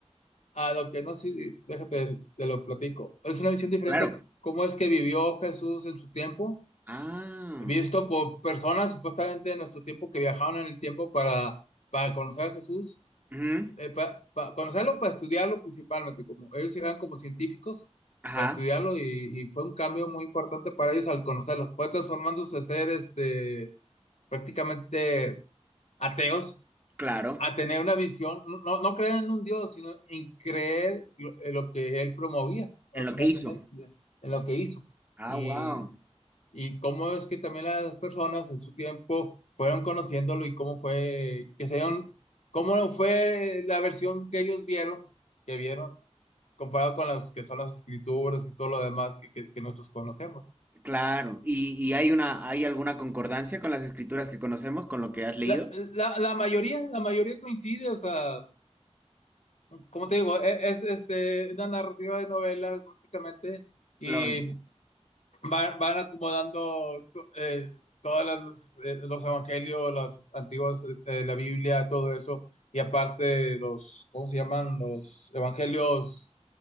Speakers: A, on the left; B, on the right.
A: a lo que, no sé, déjate, te lo platico. Es una visión diferente
B: Claro.
A: cómo es que vivió Jesús en su tiempo,
B: Ah.
A: visto por personas supuestamente de nuestro tiempo que viajaron en el tiempo para, para conocer a Jesús
B: ujú,
A: eh, pa- pa- conocerlo para estudiarlo principalmente, como ellos llegan como científicos
B: Ajá,
A: para estudiarlo y, y fue un cambio muy importante para ellos al conocerlo. Fue transformándose de ser este, prácticamente ateos
B: claro.
A: a tener una visión, no, no no creer en un Dios, sino en creer lo, en lo que él promovía,
B: En
A: al
B: lo
A: final
B: que hizo.
A: de men- en lo que hizo.
B: Ah,
A: Y
B: wow.
A: y cómo es que también las personas en su tiempo fueron conociéndolo y cómo fue que se dieron, cómo fue la versión que ellos vieron, que vieron, comparado con las que son las escrituras y todo lo demás que, que- que nosotros conocemos.
B: Claro. ¿Y, y hay una, hay alguna concordancia con las escrituras que conocemos, con lo que has leído?
A: La, la- la mayoría, la mayoría coincide, o sea, como te digo, e- es, este, una narrativa de novela prácticamente y
B: Claro.
A: van, van acomodando eh, todos eh, los evangelios, las antiguas, este, la Biblia, todo eso, y aparte los, ¿cómo se llaman? Los evangelios,